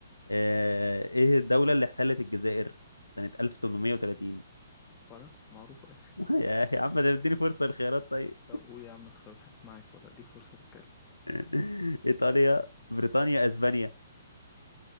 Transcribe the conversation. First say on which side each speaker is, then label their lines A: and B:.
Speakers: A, on the left; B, on the left.
A: آه، ايه الدولة اللي احتلت الجزائر سنة 1830
B: <laughs> فرنسا معروفة
A: <laughs> يا يا عم ده اديني فرصة الخيارات طيب
B: طب قول يا عم الخيارات هسمعك ولا اديك فرصة تتكلم
A: <laughs> ايطاليا بريطانيا اسبانيا